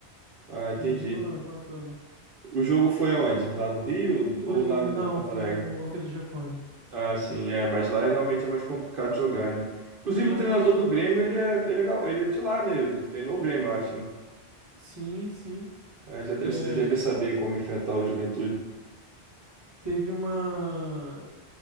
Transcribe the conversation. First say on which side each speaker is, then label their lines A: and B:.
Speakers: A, on the right; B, on the right.
A: Ah, entendi.
B: E oito. E virou não, empatou, né?
A: O jogo foi
B: Bom,
A: aonde? Lá no Rio
B: Foi.
A: ou lá em
B: Não,
A: Porto
B: foi
A: Alegre?
B: no Alfredo Jaconi.
A: Ah, sim, é, mas lá é- realmente é mais complicado jogar, né? Inclusive,
B: E
A: o
B: é
A: treinador
B: uma chuva.
A: do Grêmio, ele é, ele é, gal- ele é de lá, né? Ele treinou o Grêmio, eu acho, né?
B: Sim, sim.
A: Ah, já deve,
B: é,
A: já deve saber como enfrentar o Juventude.
B: Teve uma.